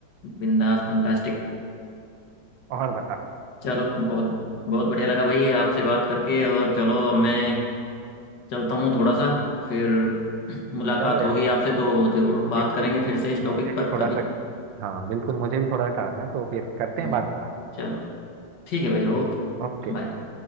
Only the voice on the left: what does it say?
बिंदास फंटास्टिक
चलो बहुत बहुत बढ़िया लगा भाई आपसे बात करके और चलो अब मैं चलता हूँ थोड़ा सा फिर मुलाकात
होगी आपसे तो जरूर बात
करेंगे
फिर से इस टॉपिक
पर
कभी
हम्म,
चलो ठीक है भाई ओके
बाय